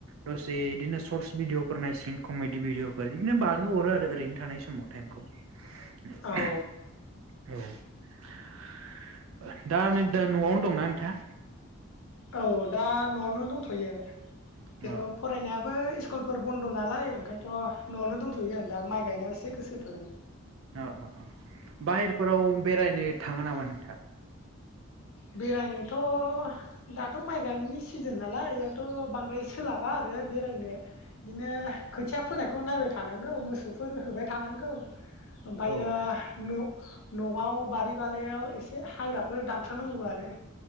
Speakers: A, on the right; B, on the left.
A: दसे इदिनो सरस बिडिअ फोर नायसि <unintelligible> कमेडि भिडिअफोर बिदिनो बारहो हरो आरो ओरैनो थानाय समाव टाइमखौ <unintelligible>
B: औ
A: औ दा <unintelligible> न'आवनो दंना नोंथाङा
B: औ दा न'आवनो दंथ'यो
A: अ
B: र फरायनायाबो इसकल फोर बन्द' नालाय ओंखायनथ' न'आवनो दंथ'यो आं दा माइ गायनायाव एसे गोसो होथ'दों
A: ओ-ओ-ओ बाहेरफोराव बेरायनो थाङो नामा नोंथां
B: बेरायनोथ' दाथ' माइ गायनायनि सिजोन नालाय बेयावथ' बांद्राय सोलाबा आरो बेरायनो बिदिनो खोथिया फोनायखौ नायबाय थानांगौ मोसौफोर होबाय थानांगौ ओमफायो
A: औ
B: न' न'आव बारि बालायाव एसे हाग्राफोर दान स्रां नांगौ आरो